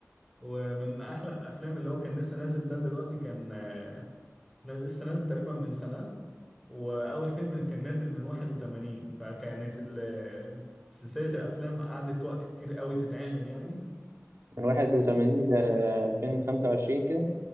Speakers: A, in the centre; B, on the right.
A: ومن أحلى الأفلام اللي هو كان لسه نازل ده دلوقتي كان آه، لسه نازل تقريبا من سنة واول فيلم كان نازل من 81 فكانت ال- سلسله الافلام قعدت وقت كتير قوي تتعمل يعني
B: من 81 ل 2025 كده